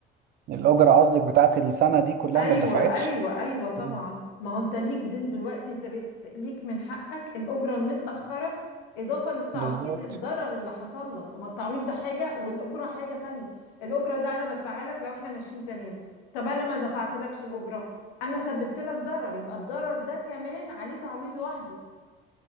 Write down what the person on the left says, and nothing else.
ايوه
ايوه ايوه طبعا
ما هو انت ليك دين دلوقتي انت بت... ليك من حقك الاجره المتاخره اضافه للتعويض
الضرر اللي حصل لك ما التعويض ده حاجه والاجره حاجه تانية الاجره ده انا بدفعها لك لو احنا ماشيين تمام طب انا ما دفعتلكش الاجره انا سببت لك ضرر يبقى الضرر ده كمان عليه تعويض لوحده